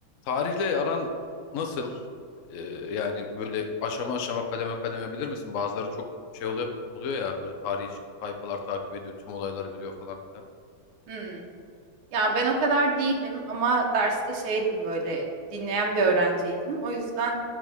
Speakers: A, on the left; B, on the right.
A: Tarihle aran nasıl? Ee, yani böyle aşama aşama kademe kademe bilir misin? Bazıları çok şey oluyor, oluyor ya böyle tarih sayfalar takip ediyor, tüm olayları biliyor falan filan.
B: Hmm. Ya ben o kadar değildim ama derste şeydim böyle dinleyen bir öğrenciydim. O yüzden